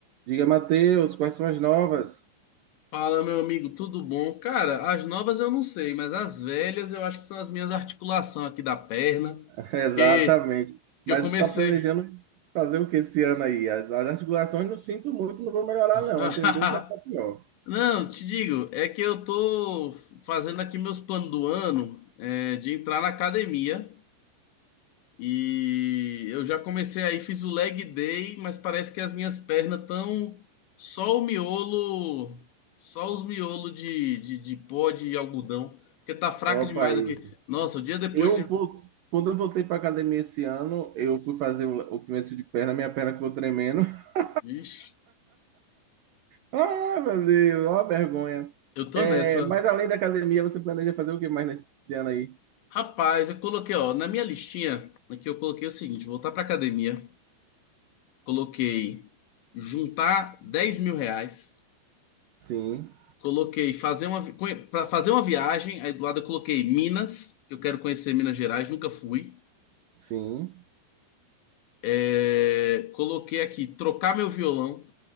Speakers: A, on the right (about 85°); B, on the left (about 70°).
A: Diga, Matheus, quais são as novas?
B: Fala, meu amigo, tudo bom? Cara, as novas eu não sei, mas as velhas eu acho que são as minhas articulações aqui da perna,
A: <laughs> Exatamente.
B: que, que
A: Mas
B: eu comecei.
A: está planejando fazer o que esse ano aí? As, as articulações não sinto muito, não vão melhorar,
B: <laughs>
A: não. A tendência é ficar pior.
B: Não, te digo, é que eu tô fazendo aqui meus planos do ano, é, de entrar na academia e eu já comecei aí, fiz o leg day, mas parece que as minhas pernas estão só o miolo, só os miolos de, de, de pó de algodão, porque tá fraca
A: Opa,
B: demais
A: isso.
B: aqui. Nossa, o dia depois
A: Eu
B: de
A: vou. Quando eu voltei para academia esse ano, eu fui fazer o, o começo de perna, minha perna ficou tremendo. <laughs>
B: Vixe,
A: Ah, meu Deus, ó a vergonha.
B: eu tô
A: É,
B: nessa.
A: mas além da academia, você planeja fazer o que mais nesse ano aí?
B: Rapaz, eu coloquei, ó, na minha listinha, aqui eu coloquei o seguinte: voltar pra academia, coloquei juntar dez mil reais,
A: Sim,
B: coloquei fazer uma, vi- conhe- pra fazer uma viagem, aí do lado eu coloquei Minas, que eu quero conhecer Minas Gerais, nunca fui.
A: sim,
B: É, coloquei aqui trocar meu violão,